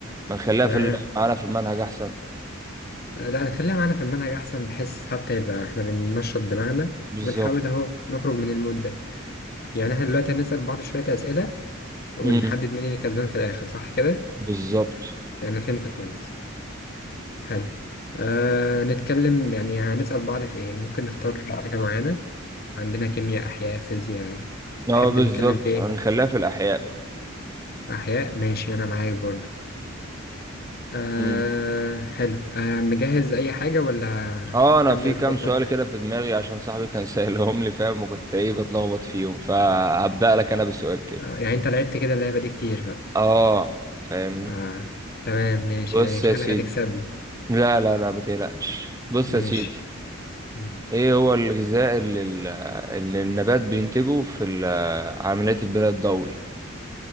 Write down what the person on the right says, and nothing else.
ما نخليها
في ال- معانا في المنهج أحسن
بالظبط
امم
بالظبط
اه
بالظبط
هنخليها في الاحياء بقى
امم
اه انا
في كام
سؤال كده في دماغي عشان صاحبي كان <laughs> سائلهم لي فاهم وكنت ايه بتلخبط فيهم فهبدأ لك انا بسؤال كده
اه فاهمني
بص
يا سيدي
لا لا لا بتقلقش بص
يا سيدي
ايه هو الغذاء اللي, ال- اللي النبات بينتجه في ال- عملية البناء الضوئي